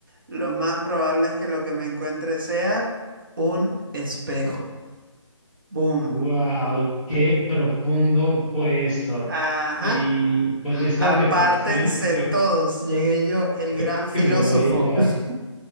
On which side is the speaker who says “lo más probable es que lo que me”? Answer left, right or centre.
Right